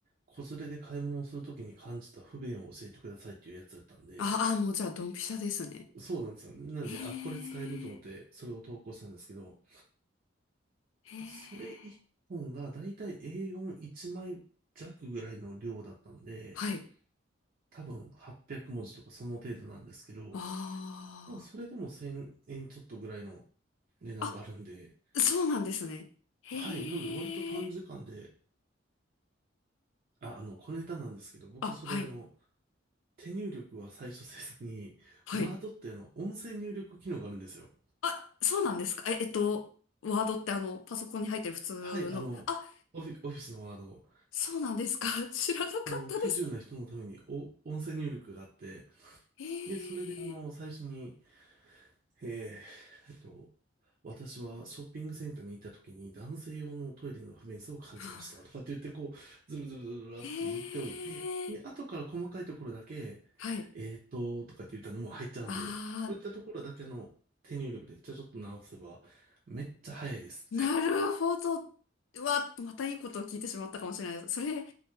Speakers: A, on the right; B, on the left.
A: 子連れで買い物をするときに感じた不便を教えてくださいっていうやつだったんで、
B: ああ、もうじゃあ、ドンピシャですね。
A: そうなんですよ。なので、
B: へえ、
A: あ、これ使えると思ってそれを投稿したんですけど、
B: へえ。
A: それ1本がだいたい A41 枚弱ぐらいの量だったんで、
B: はい。
A: 多分800文字とかその程度なんですけど、
B: あ
A: でもそれでも1000円ちょっとぐらいの値段があるんで、
B: あ。あ、そうなんですね。へえ。
A: はい、なので割と短時間で、あ、あの、小ネタなんですけど、僕それあの、
B: あ、はい。
A: 手入力は最初せずに、
B: はい。
A: ワードってあの、音声入力機能があるんですよ。
B: あ、そうなんですか。え、えっと、ワードってあの、パソコンに入ってる普通の。
A: はい、あの、
B: あ、
A: オフィ、オフィスのワードを、
B: そうなんですか。<laughs> 知らなかったです。
A: その不自由な人のためにお音声入力があって、
B: へ
A: で、それであの、
B: え。
A: 最初にええ、えっと、私はショッピングセンターに行った時に男性用のトイレの不便さを感じましたとかって言ってこう、
B: <laughs>
A: ずるずるずるずるって言っておいて、
B: へえ。
A: で、後から細かいところだけ、
B: はい。
A: えーっと、とかって言ったのも入っちゃうんで、
B: ああ。
A: そういったところだけあの手入力でちょちょっと直せばめっちゃ早いです。
B: なるほど。うわ、またいいことを聞いてしまったかもしれないです。それ、い